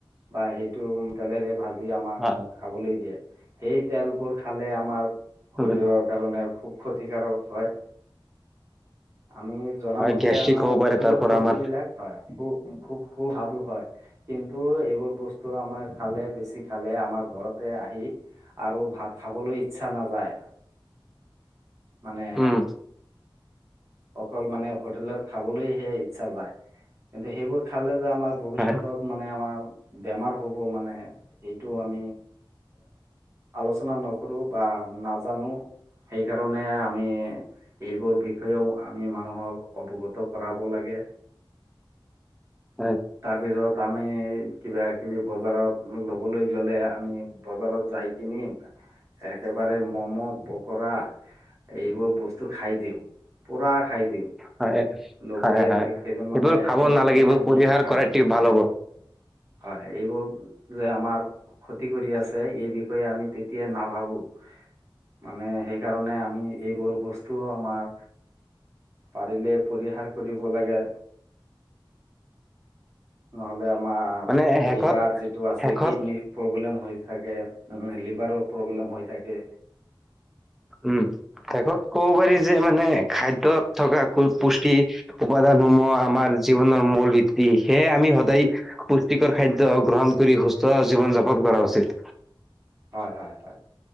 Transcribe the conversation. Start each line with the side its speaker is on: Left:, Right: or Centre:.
Right: বা সেই টো তেলেৰে ভাজি আমাক
Centre: হয়,
Right: খাবলৈ দিয়ে সেই তেলবোৰ খালে আমাৰ শৰীৰৰ
Centre: উম,
Right: কাৰণে খুব ক্ষতিকাৰক হয়। আমি জনামতে
Centre: হয় গেষ্ট্ৰিক
Right: আমাৰ
Centre: হ'ব পাৰে
Right: হোটেলৰ
Centre: তাৰ পৰা
Right: বস্তু
Centre: আমাৰ
Right: বিলাক হয়। খুব সু সাদু হয় কিন্তু এইবোৰ বস্তু। আমাৰ খালে বেছি খালে আমাৰ ঘৰতে আহি আৰু ভাত খাবলৈ ইচ্ছা নাযায় মানে।
Centre: উম,
Right: অকল মানে হোটেলত খাবলৈ সে ইচ্ছা যায় কিন্তু সেইবোৰ খালে যে আমাৰ ভৱিষ্যতত
Centre: হয়,
Right: মানে আমাৰ বেমাৰ হ'ব মানে এইটো আমি আলোচনা নকৰোঁ বা নাজানো। সেইকাৰণে আমি এইবোৰ বিষয়েও আমি মানুহক অৱগত কৰাব লাগে
Centre: হয়,
Right: তাৰপিছত তাত আমি কিবাকিবি বজাৰত ল'বলৈ গ'লে আমি বজাৰত যাই কিনি একেবাৰে ম'ম' পকৰা এইবোৰ বস্তু খাই দিওঁ পুৰা খাই দিওঁ।
Centre: হয়,
Right: লগৰীয়া
Centre: হয়, হয়।
Right: কেইজন মানে
Centre: এইবোৰ খাব
Right: একেলগে
Centre: নালাগে
Right: হলে
Centre: এইবোৰ
Right: আমি
Centre: পৰিহাৰ
Right: হয়
Centre: কৰাটো
Right: এ
Centre: ভাল হ'ব
Right: হয় এইবোৰ যে আমাৰ ক্ষতি কৰি আছে এই বিষয়ে আমি তেতিয়াই নাভাবো। মানে সেইকাৰণে আমি এইবোৰ বস্তুও আমাৰ। পাৰিলে পৰিহাৰ কৰিব লাগে। নহ আমাৰ
Centre: মানে শেষত
Right: লিভাৰ যিটো আছে
Centre: শেষত
Right: কিডনীৰ প্ৰব্লেম হৈ থাকে। তে লিভাৰৰ প্ৰব্লেম হৈ থাকে।
Centre: উম শেষত ক'ব পাৰি যে মানে খাদ্যত থকা পুষ্টি উপাদানসমূহ
Right: হয়
Centre: আমাৰ জীৱনৰ মূল বৃত্তি সেয়ে আমি সদায় পুষ্টিকৰ খাদ্য গ্ৰহণ কৰি সুস্থ জীৱন যাপন কৰা উচিত।
Right: <inaudible> হয় হয় হয়